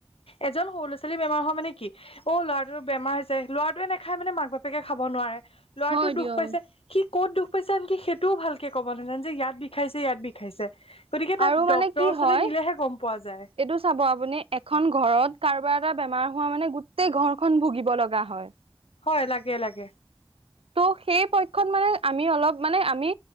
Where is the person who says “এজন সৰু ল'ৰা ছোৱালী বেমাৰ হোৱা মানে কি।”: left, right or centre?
Left